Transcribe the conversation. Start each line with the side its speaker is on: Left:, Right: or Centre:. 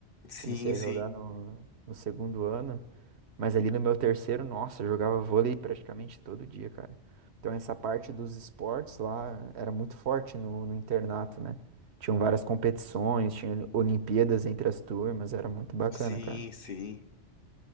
Left: sim,
Right: Comecei a
Left: sim.
Right: jogar no, no segundo ano. Mas ali no meu terceiro, nossa, eu jogava vôlei praticamente todo dia, cara. Então essa parte dos esportes lá era muito forte no, no internato, né? Tinham várias competições, tinha Olimpíadas entre as turmas, era muito bacana,
Left: Sim,
Right: cara.
Left: sim.